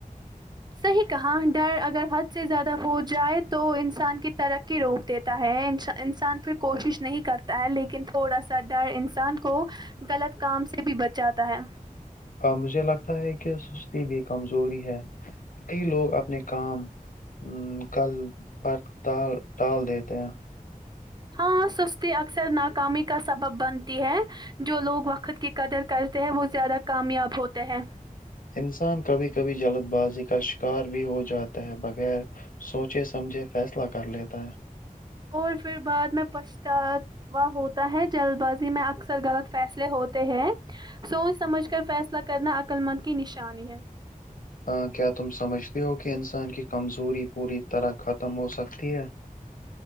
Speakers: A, on the right; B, on the left.
A: صحیح کہاں ڈر اگر حد سے زیادہ ہو جائے تو انسان کی ترقی روک دیتے ہے انسان پھر کوشش نہیں کرتا ہے لیکن تھوڑا سا ڈر انسان کو غلط کام سے بھی بچاتا ہے
B: مجھے لگتا ہے کہ سستی بھی کمزوری ہے کئی لوگ اپنے کام کل پرال ال دیتے ہیں
A: ہاں سستی اکثر ناکامی کا سبب بنتی ہے جو لوگ وقت کی قدر کرتے ہیں وہ زیادہ کامیاب ہوتا ہے
B: انسان کبھی کبھی جلد بازی کا شکار بھی ہو جاتا ہے بغیر سوچے سمجھے فیصلہ کر لیتا ہے
A: اور پھر بعد میں پچھتاؤ وہ ہوتا ہے جلد بازی میں اکثر غلط فیصلے ہوتے ہیں سوچ سمجھ کر فیصلہ کرنا عقل مند کی نشانی ہے
B: ہاں کیا تم سمجھتے ہو کہ انسان کی کمزوری پوری طرح ختم ہو سکتی ہے